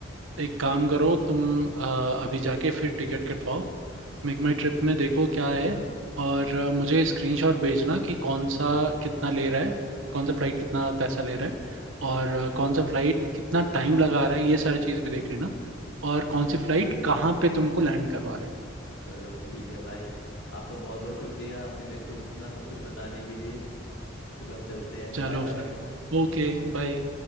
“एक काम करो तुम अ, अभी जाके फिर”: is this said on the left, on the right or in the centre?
Right